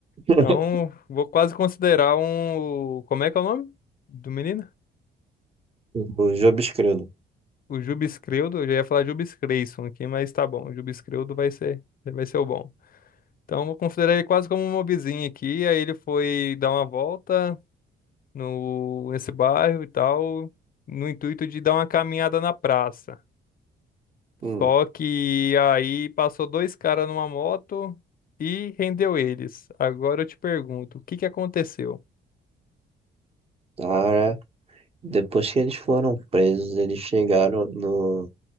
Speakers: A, on the right (about 30°); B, on the left (about 45°).
A: <laughs>
B: Então, vou quase considerar um. Como é que é o nome do menino?
A: Os obscuros.
B: O Jubes Creudo, eu já ia falar Jubes Creyson aqui, mas tá bom. O Jubes Creudo vai ser, vai ser o bom. Então, eu vou considerar ele quase como um mobizinho aqui. Aí ele foi dar uma volta no nesse bairro e tal, no intuito de dar uma caminhada na praça.
A: Hum,
B: Só que aí passou dois caras numa moto e rendeu eles. Agora eu te pergunto, o que que aconteceu?
A: cara, depois que eles foram presos, eles chegaram no,